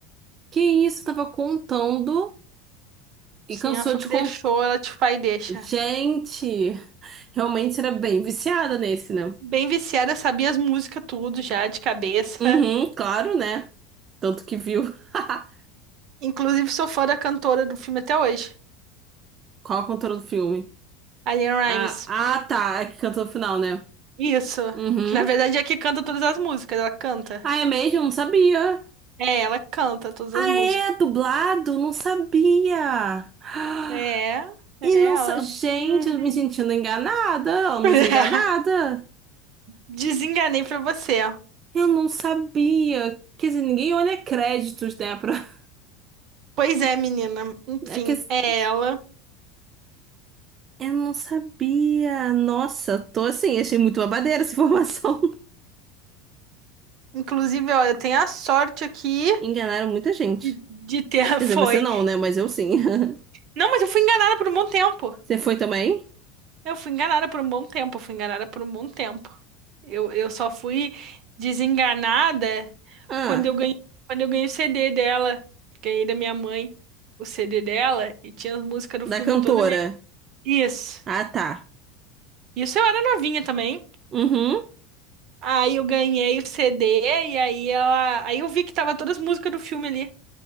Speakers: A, on the right (about 30°); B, on the right (about 45°).
A: Que isso? Tava contando e
B: Sim,
A: cansou
B: ela falou
A: de
B: que
A: contar.
B: deixou, ela tipo, pai, deixa.
A: Gente, realmente era bem viciada nesse, né?
B: Bem viciada, sabia as músicas tudo já de cabeça.
A: Uhum, claro, né? Tanto que viu. <laughs>
B: Inclusive, sou fã da cantora do filme até hoje,
A: Qual a cantora do filme?
B: a Leanne Rimes.
A: Ah, ah, tá. É que cantou no final, né?
B: Isso.
A: Uhum.
B: Que na verdade é que canta todas as músicas, ela canta.
A: Ah, é mesmo? Não sabia.
B: É, ela canta todas
A: Ah,
B: as músicas.
A: é? Dublado? Não sabia. <gasps>
B: É, é
A: E não
B: ela.
A: sa... Gente,
B: Uhum.
A: eu me sentindo enganada, ou
B: <laughs>
A: desenganada.
B: Desenganei pra você. ó.
A: Eu não sabia. Quer dizer, ninguém olha créditos, né? Pra...
B: Pois é, menina. Enfim,
A: <laughs> É que... assim,
B: é ela.
A: Eu não sabia. Nossa, tô assim, achei muito babadeira essa informação.
B: Inclusive, ó, eu tenho a sorte aqui
A: <laughs> Enganaram muita gente.
B: de, de ter.
A: Quer
B: <laughs> Foi.
A: dizer, você não, né? Mas eu sim. <laughs>
B: Não, mas eu fui enganada por um bom tempo.
A: Você foi também?
B: Eu fui enganada por um bom tempo, eu fui enganada por um bom tempo. Eu, eu só fui desenganada
A: Ah,
B: quando eu ganhei, quando eu ganhei o CD dela. Ganhei da minha mãe o CD dela e tinha as músicas do
A: da
B: filme
A: cantora.
B: todo ali. Isso.
A: Ah, tá.
B: Isso eu era novinha também.
A: Uhum.
B: Aí eu ganhei o CD e aí ela, aí eu vi que tava todas as músicas do filme ali.